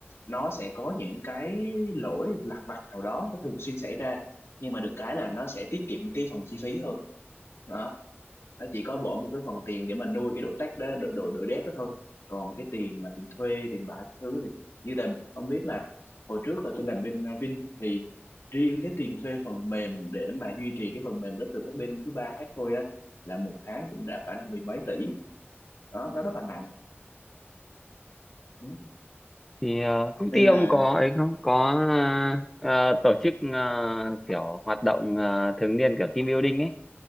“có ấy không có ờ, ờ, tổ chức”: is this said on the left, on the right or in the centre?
Centre